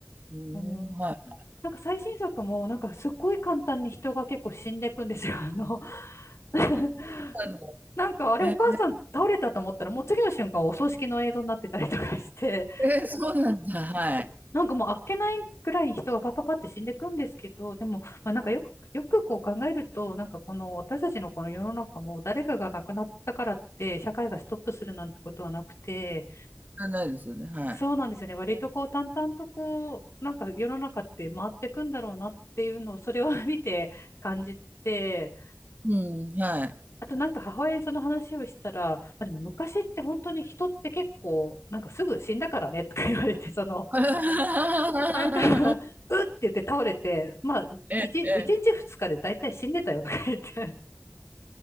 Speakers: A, on the right; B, on the left.
A: うんはい。
B: あの、なんか最新作もなんかすっごい簡単に人が結構死んでいくんですよ。あの <laughs>、
A: あの
B: なんかあれお母さん倒れたと思ったらもう次の瞬間お葬式の映像になってたりとかして、
A: ええ、ええそうなんだ、はい。
B: なんかもうあっけないくらい人がパッパパって死んでいくんですけど、でも、まあ、なんかよく、よくこう考えると、なんかこの私たちのこの世の中も誰かが亡くなったからって社会がストップするなんてことはなくて、
A: ないですよね、はい。
B: そうなんですよね。割とこう淡々とこう、なんか世の中って回っていくんだろうなっていうのをそれを <laughs> 見て感じて、
A: うん、はい。
B: あとなんか母親にその話をしたら、まあ、でも昔って本当に人って結構なんかすぐ死んだからねとか言われて、その
A: <laughs>
B: なんか <laughs> うって言って倒れて、まあ、
A: ええ、
B: 一、
A: ええ。
B: 一日二日で大体死んでたよとか言って、